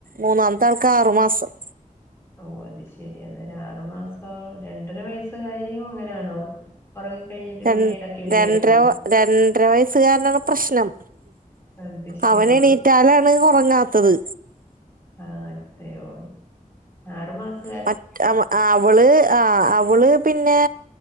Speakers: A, on the right (about 75°); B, on the left (about 20°).
A: മൂന്നാമത്തെ ആൾക്ക് ആറു മാസം
B: ഓ അത് ശെരിയാ അന്നേരം ആറു മാസം രണ്ടര വയസ കാരിയും ഇങ്ങനെയാണോ ഉറങ്ങി കഴിഞ്ഞിട്ട്
A: ര
B: പിന്നെ ഇടൊക്കെ എഴുന്നേക്കുവോ
A: രണ്ടര രണ്ടര വയസ്സുകാരനാണ് പ്രശ്നം
B: അത് ശരി
A: അവന് എണീറ്റാലാണ് ഒറങ്ങാത്തത്
B: ആഹ് അതെയയോ ആറു മാസം
A: മറ്റ അ അവള് ആഹ് അവള് പിന്നെ